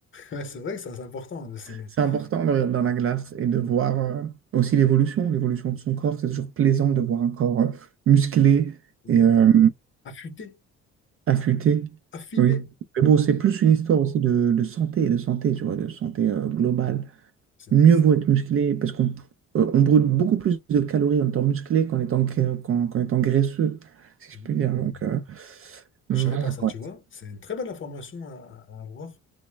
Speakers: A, on the left; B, on the right.
A: Ouais, c'est vrai que ça, c'est important de s'aimer.
B: C'est important de regarder dans la
A: Ouais,
B: glace et de voir
A: ouais.
B: euh, aussi l'évolution, l'évolution de son corps. C'est toujours plaisant de voir un corps euh, musclé
A: Oui.
B: et euh,
A: Affûter,
B: affûté.
A: affiner.
B: Oui. Mais bon, c'est plus une histoire aussi de, de santé, de santé, tu vois, de santé euh, globale.
A: Ouais, c'est
B: Mieux
A: vrai, c'est
B: vaut
A: vrai.
B: être musclé parce qu'on euh, on brûle beaucoup plus de calories en étant musclé qu'en étant, gra- qu'en, qu'en étant graisseux, si
A: Hmm.
B: je peux dire. Donc, euh, voilà
A: Je savais pas ça,
B: quoi.
A: tu vois. C'est une très bonne information à, à avoir.